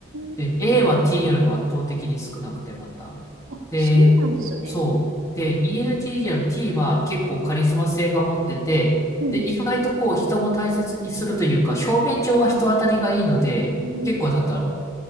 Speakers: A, on the right; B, on the left.
A: ん。
B: で、A は T よりも圧倒的に少なくて、また。
A: あ、
B: で、
A: そうなんですね。
B: そう。で、ENTJ の T は結構カリスマ性が持ってて、
A: うんう
B: で、意外とこう人も大切にするというか、表面上は人当たりがいいので、
A: ん。
B: 結構なんだろう、